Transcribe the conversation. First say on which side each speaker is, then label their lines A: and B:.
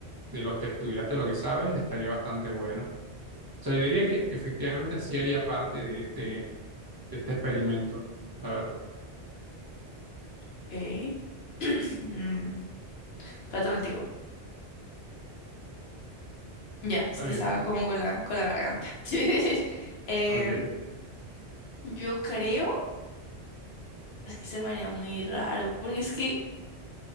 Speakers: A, on the right; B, on the left.
A: de lo que estudiaste, lo que sabes, estaría bastante bueno. O sea, yo diría que efectivamente sí haría parte de este, de este experimento, la verdad.
B: Ok. <clears throat> Mm, Trato contigo. Ya, es
A: Está
B: que
A: bien.
B: estaba como con la, con la garganta. <laughs> Eh,
A: Ok,
B: yo creo, es que se me haría muy raro, porque es que